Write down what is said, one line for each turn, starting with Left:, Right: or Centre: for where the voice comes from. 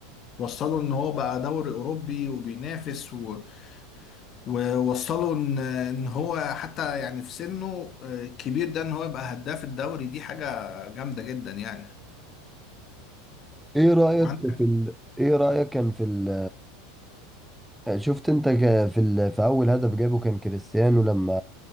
Left: وصلوا ان هو بقى دوري اوروبي وبينافس و... ووصلوا ان ان هو حتى يعني في سنه آه، الكبير ده ان هو يبقى هداف الدوري دي حاجة جامدة جدا يعني
Centre: ايه رأيك
Left: وعندك
Centre: في ال... ايه رأيك كان في ال... آه، شفت انت ك- في ال... في اول هدف جابه كان كريستيانو لما